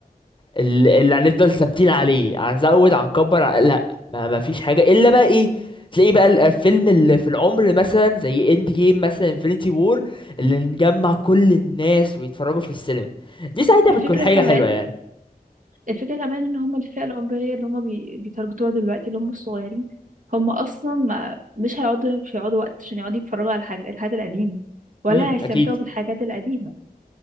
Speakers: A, on the left; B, on the right.
A: ال- اللي هنفضل ثابتين عليه هنزود هنكبر ع- لا ما ما فيش حاجه الا بقى ايه تلاقيه بقى ال- الفيلم اللي في العمر مثلا زي اند جيم مثلا انفينيتي وور اللي نجمع كل الناس ويتفرجوا في السينما دي ساعتها
B: الفكرة
A: بتكون حاجه
B: كمان
A: حلوه يعني
B: الفكرة كمان ان هم الفئة العمرية اللي هم بي... بيتارجتوها دلوقتي اللي هم الصغيرين هم اصلا ما... مش هيقعدوا مش هيقعدوا وقت عشان يقعدوا يتفرجوا على الحاجة الحاجة القديمة ولا
A: امم
B: هيستمتعوا
A: اكيد
B: بالحاجات القديمة